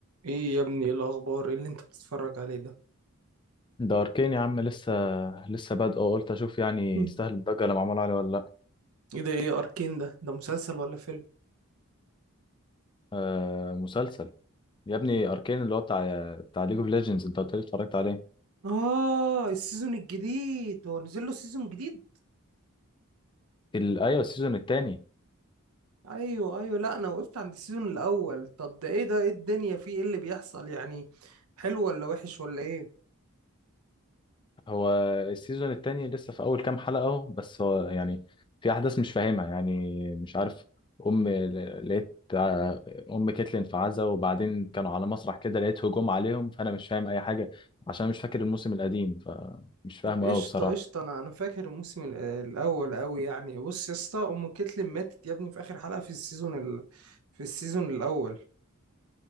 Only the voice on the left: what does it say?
ده اركين يا عم لسه لسه بادئه قلت اشوف يعني
يستاهل الضجه اللي معمول عليه ولا لا
آه مسلسل يا ابني اركين اللي هو بتاع بتاع ليج اوف ليجندز انت قلت لي اتفرجت عليه
ال- ايوه السيزون التاني
هو السيزون التاني لسه في اول كام حلقه اهو بس هو يعني في احداث مش فاهمها يعني مش عارف ام ل- لقيت آه، ام كيتلين في عزا وبعدين كانوا على مسرح كده لقيت هجوم عليهم فانا مش فاهم اي حاجه عشان مش فاكر الموسم القديم فمش فاهمه
قوي بصراحه